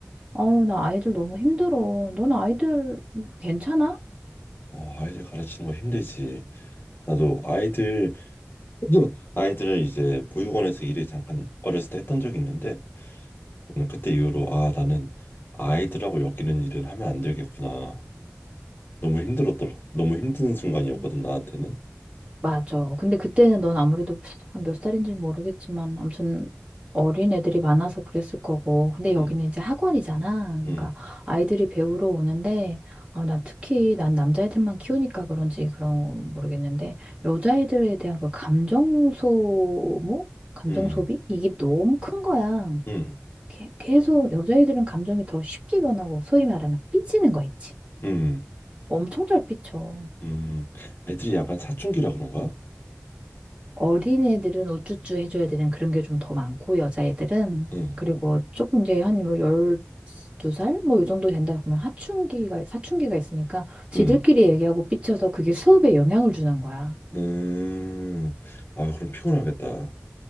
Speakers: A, on the right (about 25°); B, on the left (about 40°).
A: 어, 나 아이들 너무 힘들어. 넌 아이들 괜찮아?
B: 어, 아이들 가르치는 거 힘들지. 나도 아이들, <laughs> 아이들을 이제 보육원에서 일을 잠깐 어렸을 때 했던 적이 있는데, 음, 그때 이후로, 아, 나는 아이들하고 엮이는 일은 하면 안 되겠구나. 너무 힘들었더라. 너무 힘든 순간이었거든,
A: 음.
B: 나한테는.
A: 맞아. 근데 그때는 넌 아무래도 한 몇 살인지 는 모르겠지만, 아무튼 어린 애들이 많아서 그랬을 거고. 근데 여기는
B: 음,
A: 이제 학원이잖아. 그러니까
B: 음,
A: 아이들이 배우러 오는데, 아, 난 특히 난 남자애들만 키우니까 그런지 그런 모르겠는데, 여자애들에 대한 그 감정 소모? 감정
B: 음,
A: 소비? 이게 너무 큰 거야.
B: 음,
A: 게- 계속 여자애들은 감정이 더 쉽게 변하고, 소위 말하는 삐지는 거 있지.
B: 음,
A: 엄청 잘 삐쳐.
B: 음. 애들이 약간 사춘기라 그런가?
A: 어린애들은 우쭈쭈 해줘야 되는 그런 게 좀 더 많고, 여자애들은.
B: 응,
A: 그리고 조금 이제 한 뭐 12살? 뭐 이 정도 된다 보면 하춘기가, 사춘기가 있으니까 지들끼리
B: 응.
A: 얘기하고 삐쳐서 그게 수업에 영향을 주는 거야.
B: 음, 아, 그럼 피곤하겠다.